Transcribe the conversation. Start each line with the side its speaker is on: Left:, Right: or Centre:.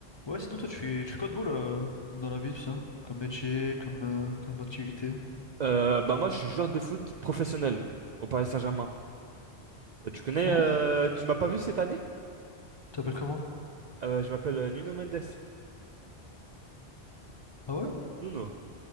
Left: Ouais, sinon toi tu fais tu fais quoi de beau là dans la vie tout ça? Comme métier, comme euh, comme activité.
Right: Euh, bah moi, je suis joueur de foot professionnel au Paris Saint-Germain. Euh, Tu connais,
Left: Ah
Right: euh,
Left: bon?
Right: tu m'as pas vu cette année?
Left: T'appelles comment?
Right: Euh, je m'appelle euh, Nuno Mendes.
Left: Ah ouais?
Right: Nuno.